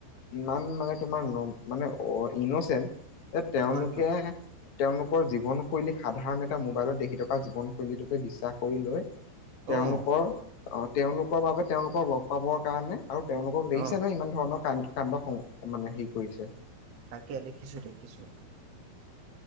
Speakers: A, on the left; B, on the right.
A: ইমান মানে তোমাৰ ন মানে ইনচেণ্ট যে তেওঁলোকে
B: হয় হয়
A: তেওঁলোকৰ জীৱনশৈলী সাধাৰণ এটা মোবাইলত দেখি থকা জীৱনশৈলীটোকে বিশ্বাস কৰি লৈ তেওঁলোকৰ
B: অঁ
A: আহ, তেওঁলোকৰ বাবে তেওঁলোকক লগ পাবৰ কাৰণে আৰু তেওঁলোকক দেখিছা
B: অঁ
A: ন' ইমান ধৰণৰ কা-কাণ্ড স মানে হেৰি কৰিছে।
B: তাকে দেখিছোঁ দেখিছোঁ।